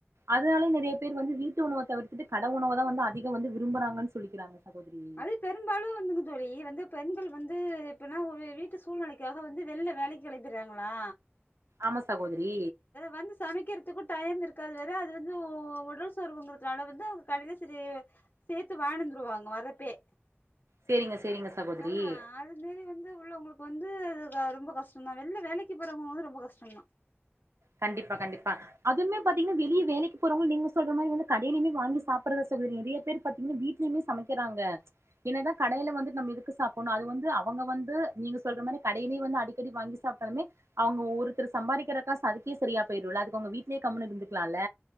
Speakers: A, on the right; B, on the left.
A: அதனால நெறைய பேர் வந்து வீட்டு உணவத் தவிர்த்துட்டு கட உணவதா வந்து அதிக வந்து விரும்புறாங்கன்னு சொல்லிக்கறாங்க சகோதரி
B: அது பெரும்பாலு வந்துங்க தோழி வந்து பெண்கள் வந்து இப்பனா ஒரு வீட்டு சூழ்நிலைக்காக வந்து வெளில வேலைக்கு கிளப்பிறாங்களா
A: ஆமா சகோதரி
B: வந்து சமைக்கறதுக்கு டைம் இருக்காது வேற அது வந்து உடல் சோர்வுங்கறதுனால வந்து அவுங்க கடைல சரி சேத்து வாங்கினு வந்துருவாங்க வர்ரப்பயே
A: சேரிங்க சேரிங்க சகோதரி
B: ஆ அதுமாரி வந்து உள்ள உங்களுக் இப்போ வந்து அது ரொ ரொம்ப கஷ்டந்தா வெளில வேலைக்கு போறவங்க வந்து ரொம்ப கஷ்டந்தா
A: கண்டிப்பா கண்டிப்பா அதுமே பாத்தீங்கன்னா வெளிய வேலைக்கு போறவங்க நீங்க சொல்ற மாரி வந்து கடையிலயுமே வாங்கி சாப்டதுல சகோதரி நெறய பேரு பாத்தீங்கனா வீட்லயுமே சமைக்கறாங்க என்னதா கடையில வந்துட் நம்ம இதுக்கு சாப் போனு அது வந்து அவங்க வந்து நீங்க சொல்ற மாரி கடைலியு வந்து அடிக்கடி வாங்கி சாப்ட்டாலுமே அவுங்க ஒருத்தரு சம்பாரிக்கற காசு அதுக்கே சரியா போயிருல அதுக்கு அவங்க வீட்லயே கம்முனு இருந்துக்கலால